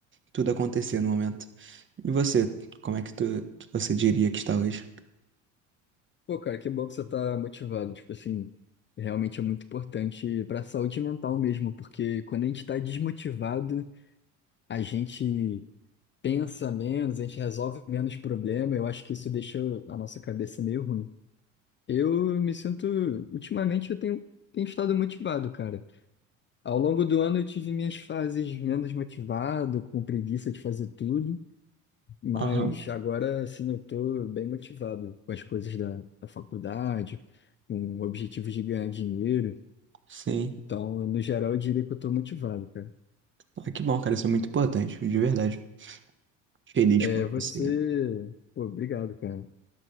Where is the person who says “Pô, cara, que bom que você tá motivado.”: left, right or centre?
Left